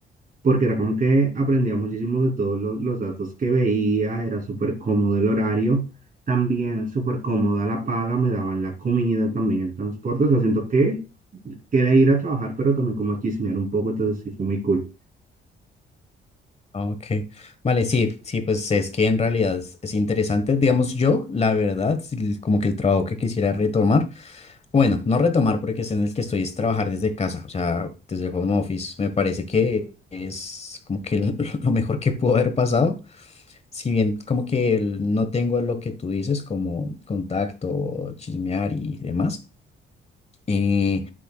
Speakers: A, on the right; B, on the left.
A: porque era como que aprendía muchísimo de todos los, los datos que veía, era súper cómodo el horario, también súper cómoda la paga, me daban la comida, también el transporte, o sea, siento que, que era ir a trabajar, pero también como a chismear un poco, entonces sí fue muy cool.
B: Ok, vale, sí, sí, pues es que en realidad es, es interesante, digamos yo, la verdad, sí, como que el trabajo que quisiera retomar, bueno, no retomar porque es en el que estoy es trabajar desde casa, o sea, desde home office, me parece que es como que el- <laughs> lo mejor que pudo haber pasado, si bien como que el- no tengo lo que tú dices como contacto, chismear y demás eh,